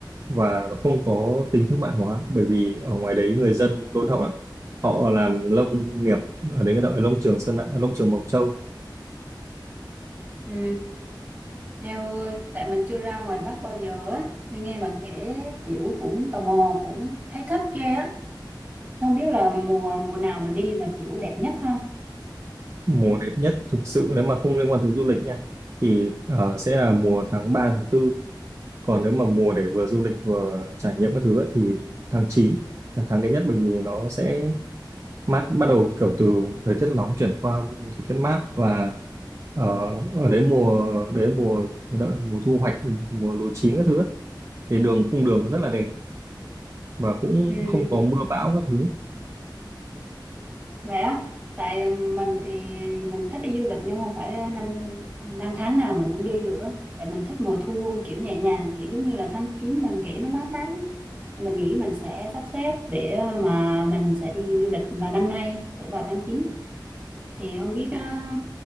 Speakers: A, on the right; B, on the right.
A: và nó không có tính thương mại hóa bởi vì ở ngoài đấy người dân đôn hậu lắm. Họ làm lông nghiệp ở đấy người ta gọi là lông trường Sơn La, lông trường Mộc Châu
B: Ừ, Eo ơi, tại mình chưa ra ngoài Bắc bao giờ ấy, nên nghe bạn kể kiểu cũng tò mò, cũng thấy thích ghê á. Không biết là mùa mùa nào mình đi là kiểu đẹp nhất ha.
A: mùa đẹp nhất thực sự nếu mà không liên quan tới du lịch nha thì ờ, sẽ là mùa tháng ba tháng tư còn nếu mà mùa để vừa du lịch vừa trải nghiệm các thứ ấy, thì tháng 9 là tháng đẹp nhất bởi vì nó sẽ mát bắt đầu kiểu từ thời tiết nóng chuyển qua thời tiết mát và ờ, ở đấy mùa đấy mùa gọi là mùa thu hoạch mùa lúa chín các thứ ấy, thì đường cung đường rất là đẹp và cũng
B: Ừ,
A: không có mưa bão các thứ
B: vậy á, tại mình thì mình thích đi du lịch nhưng không phải năm năm tháng nào mình cũng đi được á. Tại mình thích mùa thu kiểu nhẹ nhàng, kiểu giống như là tháng 9 bạn kể nó mát mát á. Mình nghĩ mình sẽ sắp xếp để mà mình sẽ đi du lịch vào năm nay, cỡ vào tháng 9. thì không biết á,